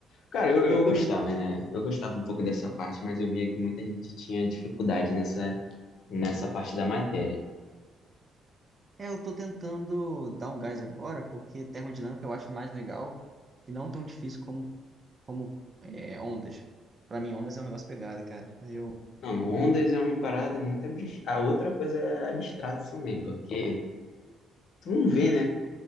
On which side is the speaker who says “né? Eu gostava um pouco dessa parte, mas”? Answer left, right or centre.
Left